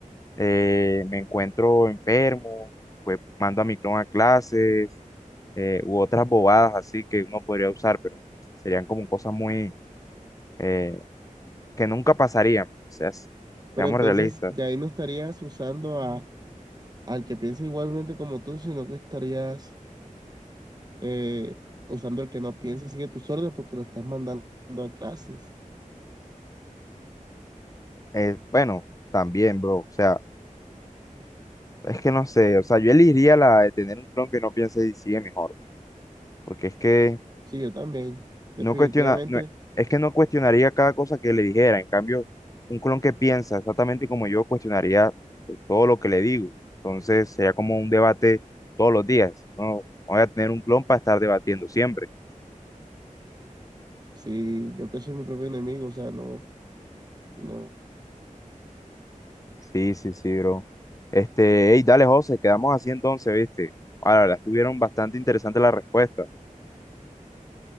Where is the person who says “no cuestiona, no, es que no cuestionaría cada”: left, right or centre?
Left